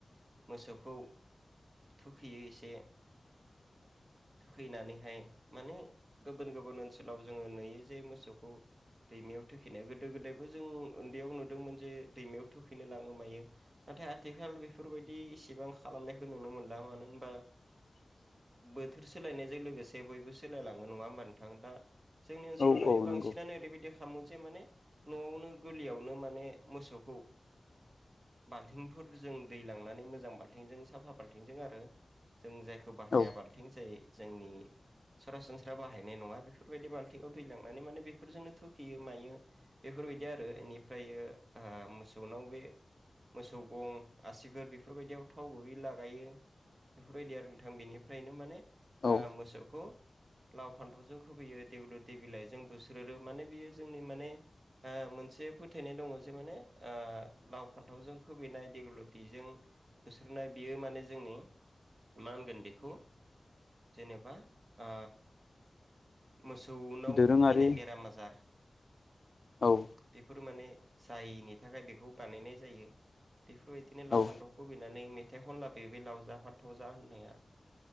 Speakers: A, on the right; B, on the left.
A: मोसौखौ थुखैयो एसे
B: <inaudible> <unintelligible>
A: थुखैनानैहाय माने गुबुन गुबुन ओनसोलाव जोङो नुयो जे मोसौखौ दैमायाव थुखैनाय गोदो गोदायबो जों उन्दैयाव नुदोंमोन जे दैमायाव थोखैनो लाङो मायो नाथाय आथिखाल बेफोरबायदि इसेबां खालामनायखौ नुनो मोनला मानो होनबा
B: <inaudible> <unintelligible>
A: बोथोर सोलायनायजों लोगोसे बयबो सोलायलाङो नङा होमबा नोंथां दा जोंनि ओनसोलाव
B: औ
A: दायो
B: औ
A: बांसिनो
B: नंगौ
A: ओैरैबायदि खालामो जे माने न'आवनो गोरलैयावनो माने मोसौखौ बाल्थिंफोर जों दै लांनानै मोजां बाल्थिंजों साफा बाल्थिंजों आरो जों जायखौ बाहाया
B: औ
A: बाल्थिं जायो जोंनि सरासनस्रा बाहायनाय नङा बेफोरबायदि बाल्थिखौ दैलांनानै माने बेफोर जोंनो थुखोयो मायो बेफोरबायदि आरो इनिफ्रायो मोसौनाव बे मोसौ गं आसिगुर बेफोरबायदियाव थाव गुबै लागायो बेफोरबायदि आरो नोंथां बेनिफ्रायनो माने
B: औ
A: ओ मोसौखौ लाव फान्थावजों खुबोयो देगुलिथि बिलाइजों बुस्रोदो माने बेयो जोंनि माने मोनसे फोथायनाय दङ जे माने लाव फान्थावजों खुबो नाय देगुलटिजों बुस्रोदनाय बेयो माने जोंनि मा होनगोन बेखौ जेनेबा आ मोसौनाव
B: दोरोङारि
A: फैनाय बेराम आजार
B: औ
A: बेफोर माने जायिनि थाखाय बेखौ बानायनाय जायो बेफोरबायदिनो लाव
B: औ
A: फान्थाव खुबैनानै मेथाइ खनना लाबोयो बे लाव जा फान्थाव जा होननाया